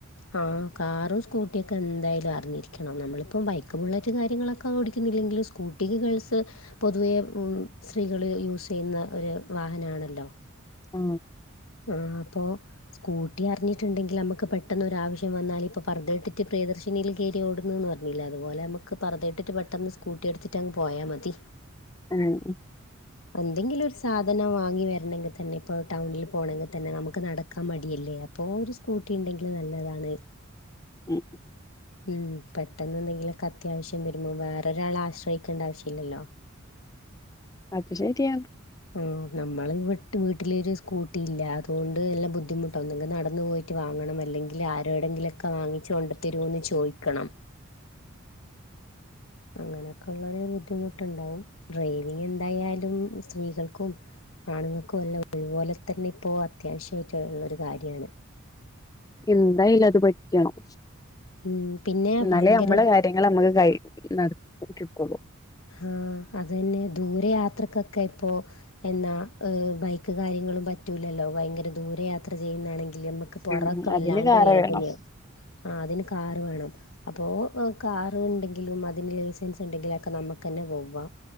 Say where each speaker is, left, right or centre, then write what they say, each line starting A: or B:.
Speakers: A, on the left (about 70°); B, on the left (about 15°).
A: ആ കാറുംസ്‌കൂടിയൊകെന്തായാലും അറിഞ്ഞിരിക്കണംനമ്മളിപ്പം ബൈക്ക്ബുള്ളറ്റ്കാര്യങ്ങളൊക്കെ ഓടിക്കുന്നില്ലെങ്കില് സ്കൂട്ടിക്ക്ഗേൾസ്പൊതുവേ സ്ത്രീകള് യുസെയുന്നഒരു വാഹനാണല്ലോ
B: ആ
A: ആഅപ്പോ കൂട്ടിഅറിഞ്ഞട്ടുങ്കിൽനമുക്ക് പെട്ടെന്നൊരുആവശ്യംവന്നാല് ഇപ്പപർദ്ധയിട്ടിട്ട്പ്രിയദർശ് പിന്നീല്കേരിയോട്ന്ന്ന്ന് പറഞ്ഞിലേ അതുപോലെമ്മക്ക്പർദ്ധയിട്ടിട്ട് പെട്ടെന്ന്സ്കൂട്ടിഎടുത്തിട്ടഅങ്ങ് പോയാമതി
B: ആഹ്
A: എന്തെങ്കിലൊരുസാധനംവാങ്ങി വരണങ്കിതന്നെഇപ്പൊടൗണിൽ പോണമങ്കിതന്നെ നമുക്ക് നടക്കാമടിയല്ലേ പോരു സ്കൂട്ടിണ്ടെങ്കില് നല്ലതാണ്.
B: ഉം
A: ഉം പെട്ടെന്ന് എന്തെങ്കിലൊക്കത്യാവശ്യം വരുമ്പോ വേറൊരാളെ ആശ്രയിക്കേണ്ട ആവശ്യല്ലല്ലോ.
B: അത് ശരിയാ
A: ആനമ്മള് വിട്ട് വീട്ടിലൊരു സ്കൂട്ടിയില്ല അതുകൊണ്ട്എല്ലാം ബുദ്ധിമുട്ടാന്ന്ഒന്നെങ്കിനടന്നുപോയി ട്ട്വാങ്ങണംഅല്ലെങ്കില് ആരോടെെങ്കിലൊക്കെവാങ്ങിച്ച് കൊണ്ട്താരോന്ന്ചോയിക്കണം. അങ്ങനേക്കൊള്ളുരു ബുദ്ധിമുട്ടുണ്ടാവുംഡ്രൈവിങ്ങെന്തായാലുംസ്ത്രീകൾക്കും ആണ്ങ്ങക്ക് വല്ല ഒരുപോലെതന്നെ ഇപ്പോഅത്യാവശ്യയിട്ടുള്ളൊരു കാര്യാണ്.
B: എന്തായാലുംഅത് പഠിക്കണം
A: ഉം പിന്നെ
B: ഇന്നാലെനമ്മളകാര്യ
A: ഭയങ്കര
B: ങ്ങളെമ്മക്ക്കൈ <unintelligible>
A: ആഹ്അതെന്നെദൂരയാത്രകക്കോഇപ്പോ എന്നാ ബൈക്ക്കാര്യങ്ങളും പറ്റൂല്ലല്ലോഭയങ്കര ദൂരെയാത്ര ചെയ്യ്ന്നാണെങ്കി ല്ല്യമ്മക്ക്പൊറൊക്കെവല്ലാണ്ട്
B: ഉം അതിന് കാറ
A: വേദനയാവും.
B: വേണം
A: ആ അതിന് കാറ് വേണം അപ്പോ കാർ ഉണ്ടെങ്കിലും അതിന് ലൈസൻസ് ഉണ്ടെങ്കിലും ക്കെ നമുക്ക് തന്നെ പോവാം.